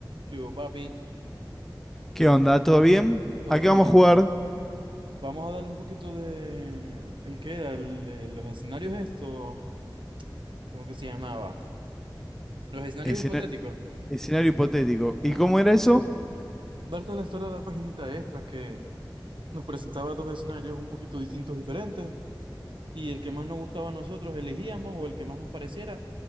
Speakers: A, on the right; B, in the centre.
A: ¿Qué hubo, papi?
B: ¿Qué onda? ¿Todo bien?
A: Todo
B: Aquí
A: bien.
B: vamos a jugar
A: Vamos a darle un poquito de... ¿El qué era? El, eh, los escenarios estos. ¿Cómo que se llamaba? Los escenarios
B: escena-
A: hipotéticos.
B: escenario hipotético. ¿Y
A: Ajá.
B: cómo era eso?
A: Berta la historia de la paginita esta que nos presentaba dos escenarios un poquito distintos, diferentes, y el que más nos gustaba a nosotros elegíamos o el que más nos pareciera